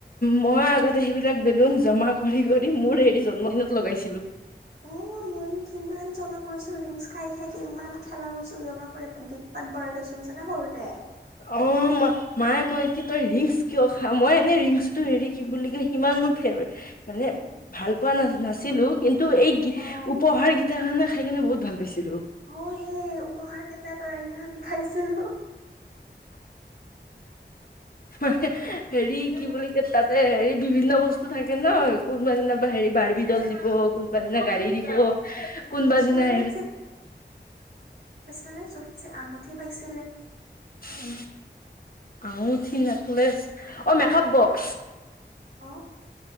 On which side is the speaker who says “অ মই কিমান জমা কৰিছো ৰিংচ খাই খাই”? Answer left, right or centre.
Right